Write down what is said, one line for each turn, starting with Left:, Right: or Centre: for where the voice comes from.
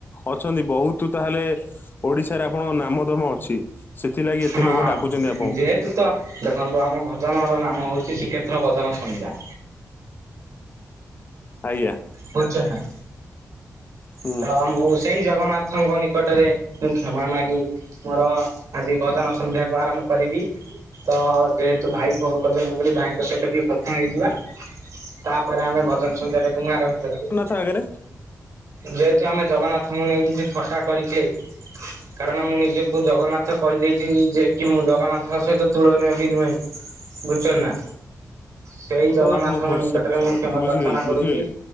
Left: ଅଛନ୍ତି ବହୁତ ତାହେଲେ ଓଡିଶାରେ ଆପଣଙ୍କ ନାମଧମ ଅଛି। ସେଥିଲାଗି ଏତେ
Right: ହଁ
Left: ଲୋକ ଡାକୁଛନ୍ତି ଆପଣଙ୍କୁ
Right: ଯେହେତୁ ତ ଦେଖନ୍ତୁ ଆମ ଭଜନ ର ନାମ ହଉଛି ଶ୍ରୀକ୍ଷେତ୍ର ଭଜନ ସନ୍ଧ୍ୟା।
Left: ଆଜ୍ଞା।
Right: ବୁଝଛ ନା?
Left: ହୁଁ
Right: ତ ମୁଁ ସେଇ ଜଗନ୍ନାଥଙ୍କ ନିକଟରେ ମୁଁ କ୍ଷମା ମାଗି ମୋର ଆଜି ଭଜନ ସନ୍ଧ୍ୟାକୁ ଆରମ୍ଭ କରିବି। ତ ଯେହେତୁ ଭାଇ ଫୋନ କରିଦେଲେ କହିଲି ଭାଇଙ୍କ ସହିତ ଟିକେ କଥା ହେଇଯିବା। ତାପରେ ଆମେ ଭଜନ ସଂଧ୍ୟ୍ୟା ଟାକୁ ମୁଁ ଆରମ୍ଭ କରିବି।
Left: ସାାଗରେ
Right: ଯେହେତୁ ଆମେ ଜଗନ୍ନାଥଙ୍କୁ ନେଇକଛି ଥଟା କରିକି କାରଣ ମୁଁ ନିଜକୁ ଜଗନ୍ନାଥ ତ କହିଦେଇଛି ଯେ କି ମୁଁ ଜଗନ୍ନାଥଙ୍କ ସହିତ ତୁଳନିୟ ବି ନୁହେଁ। ବୁଝଛ ନା? ସେଇ ଜଗନ୍ନାଥଙ୍କ
Left: ଓହୋ ହୋ
Right: ନିକଟରେ
Left: ସେ
Right: ମୁଁ ଷମା
Left: ବୁଝିଗଲି
Right: ପ୍ରାର୍ଥନା କରୁଛି
Left: ବୁଝିଗଲି